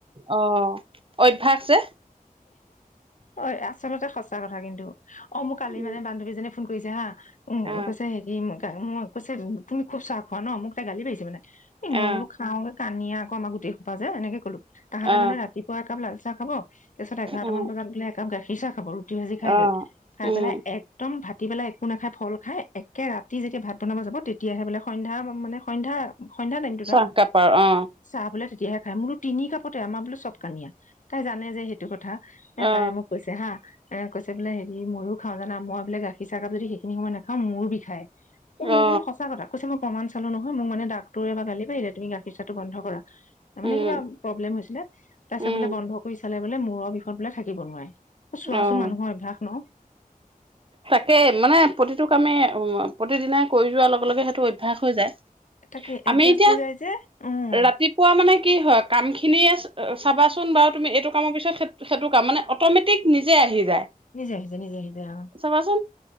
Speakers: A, on the right; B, on the left.
A: অ', অভ্যাস যে।
B: অ', আচলতে সঁচা কথা কিন্তু। অ', মোক কালি
A: উম
B: মানে বান্ধৱীজনী ফোন কৰিছে হা উম,
A: অ
B: কৈছে হেৰি মোক মই কৈছে তুমি খুব চাহ খোৱা ন' মোক তাই গালি পাৰিছে মানে। এই মই
A: অ
B: বোৰো খাওঁ কানিয়া আকৌ আমাৰ গোই খোপা যে এনেকে ক'লো। তাহাঁতে
A: অ
B: মানে ৰাতিপুৱা একাপ লাল চাহ খাব। তাপিছত এঘাৰটামান
A: অ
B: বজাত বোলে একাপ গাখীৰ খিচাহ খাব গুটি ভাজি খাই
A: অ
B: লৈ খাই
A: উম
B: পেলাই একদম ভাটিবেলা একো নাখাই ফল খাই একে ৰাতি যেতিয়া ভাত বনাব যাব তেতিয়াহে বোলে সন্ধ্যা মানে সন্ধ্যা সন্ধিয়া টাইমতটোত
A: চাহ
B: আৰু
A: কাপ অ
B: চাহ বোলে তেতিয়াহে খাই মোৰো তিনি কাপতে আমাৰ বো চব কানিয়া তাই জানে যে। এইটো কথা। এ
A: অ
B: তাই মোক কৈছে হা এ কৈছে বোলে হেৰি ময়ো খাওঁ জানা মই বোলে গাখীৰ চাহকাপ যদি সেইখিনি সময় নাখাওঁ মূৰ বিষাই। উ, মোৰ
A: অ
B: মানো সঁচা কথা কৈছে মই প্ৰমাণ চালো নহয় মোক মানে ডাক্তৰে এবাৰ গালি পাৰিলে তুমি গাখীৰ চাহটো বন্ধ কৰা। মানে
A: উম
B: কিবা প্ৰব্লেম হৈছিলে তাৰপিছত
A: উম
B: বোলে বন্ধ কৰি চালে। মূৰৰ বিষত বোলে থাকিব নোৱাৰে। চোৱাচোন
A: অ',
B: মানুহৰ অভ্যাস ন
A: তাকেই, মানে প্ৰতিটো কামে অ', প্ৰতিদিনাই কৰি যোৱাৰ লগে লগে সেইটো অভ্যাস হৈ যায়
B: তাকে
A: আমি
B: এডজাষ্ট
A: এতিয়া,
B: হৈ যায় যে উম
A: ৰাতিপুৱা মানে কি হয়, কাম খিনিয়ে চাবাচোন বাৰু তুমি, এইটো কামৰ পিছত সেত সেইটো কাম, মানে অট'মেটিক নিজেই আহি যায়।
B: নিজে আহিছে নিজে আহিছে অ
A: চাবাচোন